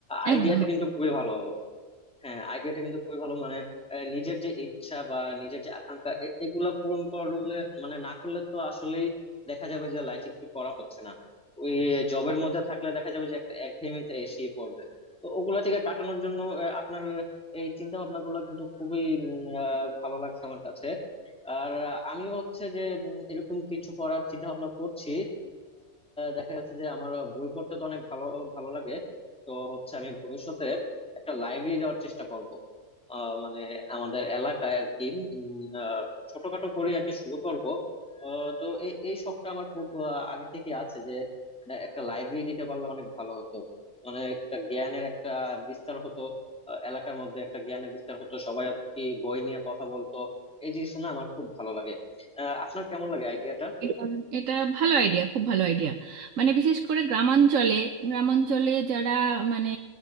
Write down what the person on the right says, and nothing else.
একদম
এটা এটা ভালো আইডিয়া খুব ভালো আইডিয়া মানে বিশেষ করে গ্রামাঞ্চলে গ্রামাঞ্চলে যারা মানে